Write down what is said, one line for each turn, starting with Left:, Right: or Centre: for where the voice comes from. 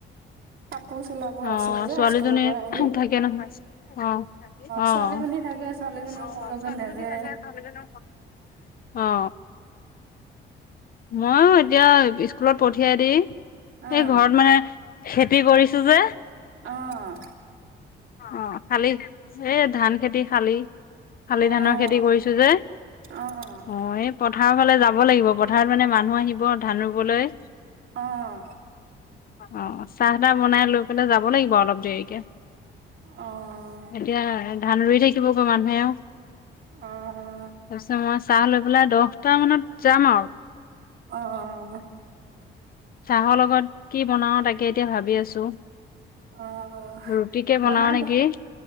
Right: কাপোৰ চিলাব
Left: অ
Right: আছে যে
Left: ছোৱালীজনী
Right: স্কুলৰ পৰা আহি
Left: থাকে নহয়, অ
Right: ছোৱালীজনী
Left: অ,
Right: থাকে ছোৱালীজনী মোৰ লগত
Left: ছোৱালীজনী
Right: নাযায়
Left: থাকে, ছোৱালিজনী অ। মই ওঁ এতিয়া স্কুলত পঠিয়াই দি সেই
Right: অ',
Left: ঘৰত মানে খেতি কৰিছো যে
Right: অঁ
Left: অঁ অঁ খালি সে ধান সে খেতি হালি, হালি
Right: অ',
Left: ধানৰ খেতি কৰিছো যে
Right: অ',
Left: অঁ পথাৰৰ ফালে যাব লাগিব পথাৰত মানে মানুহ আহিব ধান ৰুবলৈ
Right: অঁ ।
Left: অঁ চাহ তাহ বনাই লৈ পেলাই যাব লাগিব অলপ দেৰিকে
Right: আঁহ
Left: এতিয়া ধান ৰুই থাকিবগৈ মানুহেওঃ।
Right: অ', অ'।
Left: <unintelligible> চাহ লৈ পেলাই দহ দশটা মানত যাম আৰু
Right: অঁ অঁ
Left: চাহৰ লগত কি বনাওঁ তাকে এতিয়া ভাবি আছো
Right: অ',
Left: ৰুটিকে বনাও
Right: বনাব
Left: নেকি অঁ